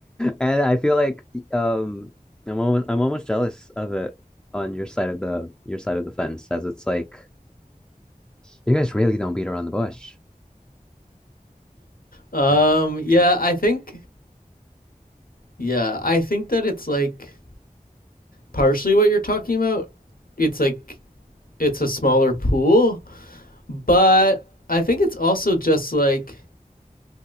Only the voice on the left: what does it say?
Um.
Yeah.
I think. Yeah. I think that it's like partially what you're talking about. It's like it's a smaller pool, but I think it's also just like